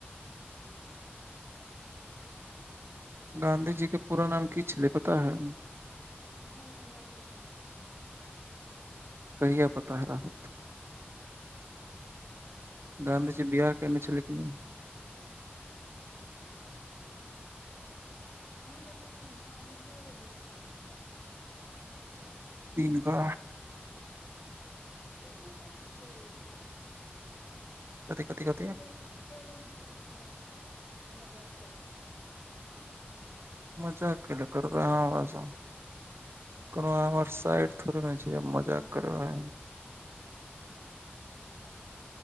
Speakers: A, on the left (about 55°); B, on the right (about 75°).
A: <inaudible>
B: गाँधीजी के पूरा नाम की छेलै पता हे
A: नहि हमरा कुछो नहि पता छै
B: कहिये पता रहत गाधीजी बियाह केयने छलै कि नहि
A: अहाँ बतैयौ न न अहाँ कए गो बियाह कयले छी
B: तीन गो
A: कथी कथी
B: कथि कथि कथि
A: छोड़ु छोड़ु नहि हम तऽ मजाक करै छी अहाँ
B: मजाक कैले करबै अहाँ हमरा सँ कोनो अहाँ हमर साइर थोड़े न छी मजाक करबै